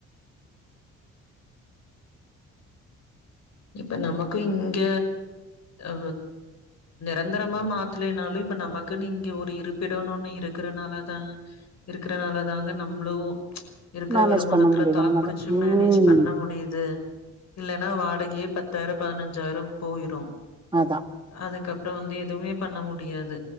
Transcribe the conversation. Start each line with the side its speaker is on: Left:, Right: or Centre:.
Left: இப்ப நமக்கு இங்க அ நிரந்தரமா மாத்தலேனாலு இப்ப நமக்குன்னு இங்க ஒரு இரு ப்பிடனு ஒன்னு இருக்கறனாலதா இருக்கறனால தாங்க நம்ளு இருக்குற
Right: மேனேஜ்
Left: வருமானத்துல
Right: பண்ண முடியல
Left: தாக்
Right: உன்னால
Left: புடிச்சு
Right: ம்
Left: மேனேஜ் பண்ண முடியுது இல்லன்னா வாடகையே பத்தாயிரொ பதினஞ்சாயிரொ போயிரு
Right: அதா
Left: அதுக்கப்றோ வந்து எதுவுமே பண்ண முடியாது